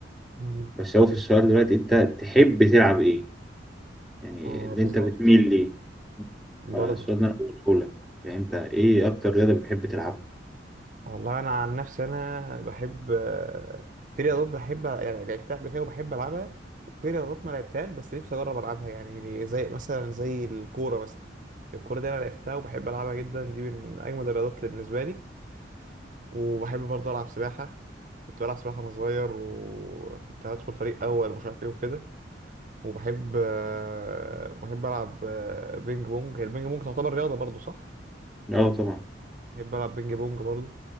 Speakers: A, on the right (about 45°); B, in the centre.
A: مم.
B: بس هو في السؤال دلوقتي أنت تحب تلعب إيه يعني
A: اه
B: اللي
A: بالظبط
B: أنت بتميل ليه
A: برضه
B: فالسؤال ده أنا بقوله لك يعني أنت إيه أكتر رياضة بتحب تلعبها؟
A: والله انا عن نفسي انا بحب آه، في رياضات بحب يعني لعبتها قبل كده وبحب العبها وفي رياضات ما لعبتهاش بس نفسي اجرب العبها يعني زي مثلا زي الكوره مثلا الكوره دي انا لعبتها وبحب العبها جدا دي من اجمد الرياضات بالنسبه لي وبحب برضه العب سباحه كنت بلعب سباحه وانا صغير وكنت هدخل فريق اول ومش عارف ايه وكده وبحب آه، بحب العب آه، بينج بونج هي البينج بونج تعتبر رياضه برضو صح
B: أه طبعا
A: بحب العب بينج بونج برضو